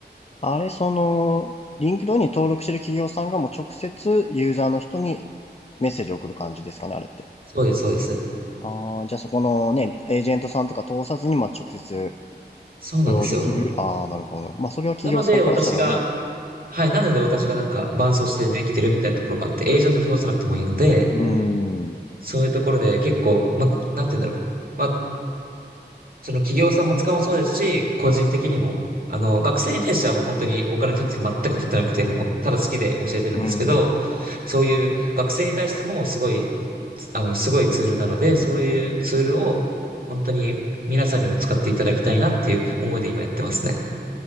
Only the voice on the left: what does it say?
あれ、その、リンクドインに登録してる企業さんがもう直接ユーザーの人にメッセージを送る感じですかね、あれって。
ああ、じゃあそこのね、エージェントさんとか通さずに、まあ、直接
雇用できる。ああ、なるほど。まあ、それは企業さんからしたらね。
うーん。う
ーん。